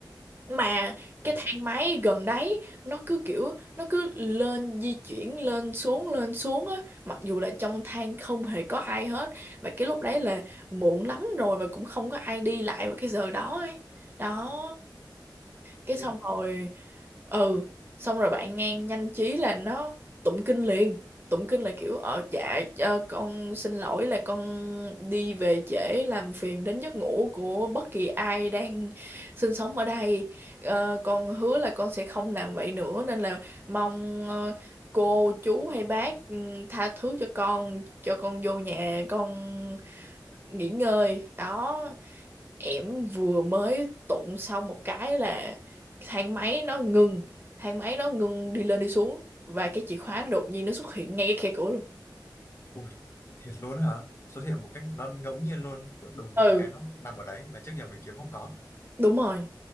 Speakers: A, on the right; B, on the left.
A: mà cái
B: ồ
A: thang máy gần đấy nó cứ kiểu nó cứ lên di chuyển lên xuống lên xuống á mặc dù là trong thang không hề có ai hết và cái lúc đấy là muộn lắm rồi mà cũng không có ai đi lại vào cái giờ đó ấy đó cái xong
B: khiếp
A: rồi ừ xong rồi bạn ngang nhanh trí là nó tụng kinh liền tụng kinh là kiểu ờ dạ ờ, con xin lỗi là con đi về trễ làm phiền đến giấc ngủ của bất kỳ ai đang sinh sống ở đây Ờ, con hứa là con sẽ không làm vậy nữa nên là mong ờ, cô chú hay bác ừ, tha thứ cho con cho con vô nhà con nghỉ ngơi đó em vừa mới tụng xong một cái là thang máy nó ngừng thang máy nó ngừng đi lên đi xuống và cái chìa khóa nó đột nhiên nó xuất hiện ngay cái khe cửa luôn
B: Ui, thiệt luôn hả? Xuất hiện một cách nó ngẫu nhiên luôn, kiểu đùng
A: ừ
B: một cái nó nằm ở đấy mà trước giờ mình kiếm không có.
A: đúng rồi